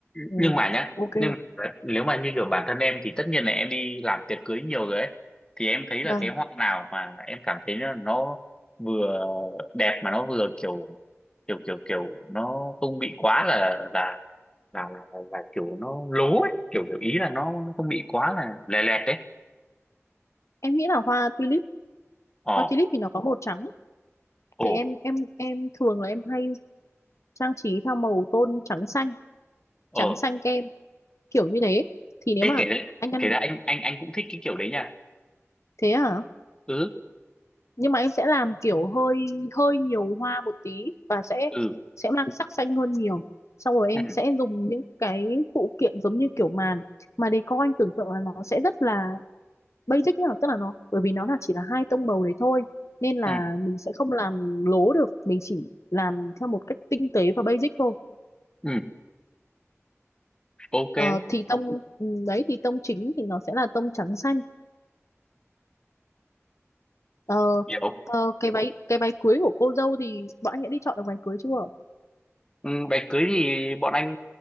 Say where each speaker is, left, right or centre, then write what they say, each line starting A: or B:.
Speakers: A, on the left; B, on the left.
A: ừ.
B: nhưng mà nhá
A: ok
B: nhưng mà nếu mà như kiểu bản thân em thì tất nhiên là em đi làm tiệc cưới nhiều rồi ấy thì em thấy là
A: vâng
B: cái hoa nào mà em cảm thấy nó, nó vừa đẹp mà nó vừa kiểu kiểu kiểu kiểu nó không bị quá là là là là là, là kiểu nó lố ấy kiểu kiểu ý là nó nó không bị quá là lè lẹt đấy
A: em nghĩ là hoa tulip
B: ờ
A: hoa tulip thì nó có màu trắng
B: ồ
A: thì em em em thường là em hay trang trí theo màu tôn trắng xanh
B: ờ
A: trắng xanh kem kiểu như thế thì nếu
B: thế
A: mà
B: kể ra
A: anh ăn
B: kể ra anh anh anh cũng thích cái kiểu đấy nha
A: thế hả
B: ừ
A: nhưng mà em sẽ làm kiểu hơi hơi nhiều hoa một tí và sẽ
B: ừ
A: sẽ mang sắc xanh hơn nhiều xong rồi em
B: ừ
A: sẽ dùng những cái phụ kiện giống như kiểu màn mà decor anh tưởng tượng là nó sẽ rất là basic nhá tức là nó bởi vì nó là chỉ là hai tông màu đấy thôi nên là
B: ừ,
A: mình sẽ không làm lố được mình chỉ làm theo một cách tinh tế và basic thôi
B: ừ. ok
A: Ờ, thì tông ừ, đấy thì tông chính thì nó sẽ là tông trắng xanh Ờ,
B: hiểu
A: ờ, cái váy cái váy cưới của cô dâu thì bọn anh đã đi chọn được váy cưới chưa?
B: ừ, đám cưới thì bọn anh